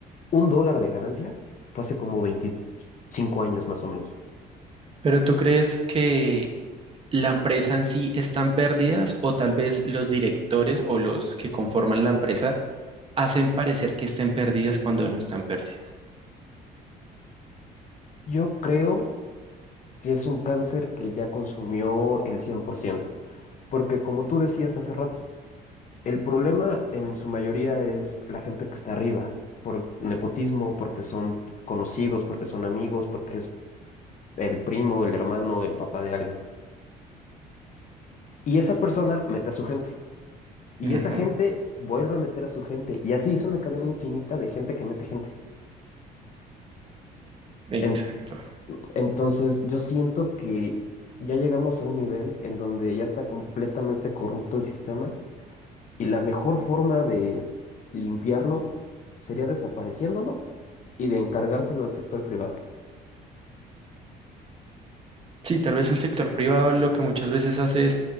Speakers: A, on the left (about 50°); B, on the right (about 35°).
A: un dólar de ganancia fue hace como 25 años más o menos.
B: Pero ¿tú crees que la empresa en sí está en pérdidas o tal vez los directores o los que conforman la empresa hacen parecer que estén pérdidas cuando no están pérdidas?
A: Yo creo que es un cáncer que ya consumió el 100% porque como tú decías hace rato, el problema en su mayoría es la gente que está arriba, por nepotismo, porque son conocidos, porque son amigos, porque es el primo, el hermano, el papá de alguien. Y esa persona mete a su gente. Y
B: Ujú,
A: esa gente vuelve a meter a su gente. Y así es una cadena infinita de gente que mete gente.
B: Exacto.
A: En- entonces, yo siento que ya llegamos a un nivel en donde ya está completamente corrupto el sistema y la mejor forma de limpiarlo sería desapareciéndolo y de encargárselo al sector privado.
B: Sí, tal vez el sector privado lo que muchas veces hace es